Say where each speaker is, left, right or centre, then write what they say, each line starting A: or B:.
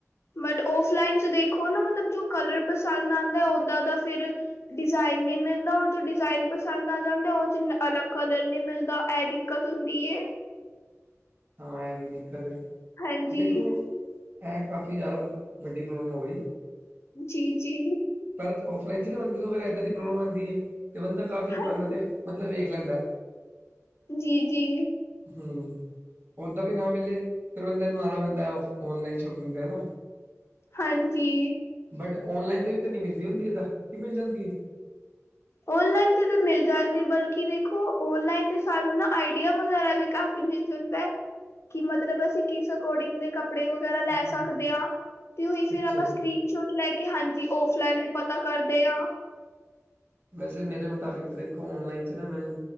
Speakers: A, on the left; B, on the right.
A: ਬਟ ਔਫਲਾਈਨ 'ਚ ਦੇਖੋ ਨਾ ਮਤਲਬ ਜੋ ਕਲਰ ਪਸੰਦ ਆਂਦਾ ਓਦਾਂ ਦਾ ਫਿਰ ਡਿਜ਼ਾਇਨ ਨੀ ਮਿਲਦਾ ਔਰ ਜੋ ਡਿਜ਼ਾਇਨ ਪਸੰਦ ਆ ਜਾਂਦਾ ਓ 'ਚ ਅਲੱਗ ਕਲਰ ਨੀ ਮਿਲਦਾ ਐ ਦਿ ਕਤ ਹੁੰਦੀ ਏ।
B: ਹਾਂ ਐ ਵੀ ਦਿੱਕਤ ਏ
A: ਹਾਂਜੀ
B: ਦੇਖੋ ਐ ਕਾਫੀ ਜਾਦਾ ਵੱਡੀ ਪ੍ਰੋਬਲਮ ਹੋ ਗੀ।
A: ਜੀ-ਜੀ।
B: ਪਰ ਆਫਲਾਈਨ 'ਚ ਨਾ ਬੰਦੇ ਨੂੰ ਫੇਰ ਏਦਾਂ ਦੀ ਪ੍ਰੋਬਲਮ ਆਂਦੀ ਏ ਤੇ ਬੰਦਾ ਕਾਫ਼ੀ ਦੁਕਾਨਾਂ
A: ਹਾਂਜੀ
B: ਤੇ ਮਤਲਬ ਵੇਖ ਲੈਂਦਾ।
A: ਜੀ-ਜੀ।
B: ਹੂੰ। ਓਦਾਂ ਵੀ ਨਾ ਮਿਲੇ ਫੇਰ ਬੰਦੇ ਨੂੰ ਆਣਾ ਪੈਂਦਾ ਔਨਲਾਈਨ ਸ਼ੋਪਿੰਗ ਤੇ ਹਨਾ।
A: ਹਾਂਜੀ।
B: ਬਟ ਔਨਲਾਈਨ ਤੇ ਵੀ ਤੇ ਨਈ ਮਿਲਦੀ ਹੁੰਦੀ ਏਦਾ ਕੀ ਮਿਲ ਜਾਂਦੀ ਏ।
A: ਓਨਲਾਈਨ ਤੇ ਤੇ ਮਿਲ ਜਾਂਦੀ ਬਲਕਿ ਦੇਖੋ ਓਨਲਾਈਨ ਤੇ ਸਾਨੂੰ ਨਾ ਆਈਡੀਆ ਵਗੈਰਾ ਵੀ ਕਾਫ ਫ਼ੀ ਮਿਲ ਜਾਂਦਾ ਕਿ ਮਤਲਬ ਅਸੀਂ ਕਿਸ ਅਕੋਡਿੰਗ ਦੇ ਕੱਪ ਕੱਪੜੇ ਵਗੈਰਾ ਲੈ
B: ਹਮ
A: ਸਕਦੇ ਆ ਤੇ ਓਹੀ
B: ਅੱਛਾ
A: ਫੇਰ ਆਪਾਂ
B: ਜੀ
A: ਸਕਰੀਨ ਸ਼ੋਟ ਲੈ ਕੇ ਹਾਂਜੀ ਔਫਲਾਈਨ ਵੀ ਪਤਾ ਕਰਦੇ ਆ।
B: ਵੈਸੇ ਮੇਰੇ ਮੁਤਾਬਿਕ ਤਾਂ ਦੇਖੋ ਔਨਲਾਈਨ 'ਚ ਨਾ ਮੈਂ